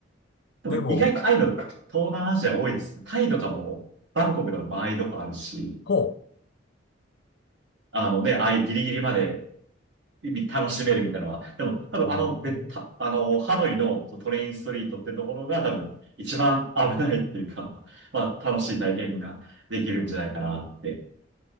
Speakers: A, on the right (about 70°); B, on the left (about 60°).
A: でも意外とああいうの、
B: でも、
A: 東南アジア多いですね。タイとかも、バンコクの場合とかあるし、
B: ほ
A: あのね、ああいうギリギリまでみ楽しめるみたいなのは。でも、多分あの、
B: う。へー
A: べたあの、ハノイのトレインストリートってところが多分一番危ないっていうか、まあ、楽しい体験ができるんじゃないかなって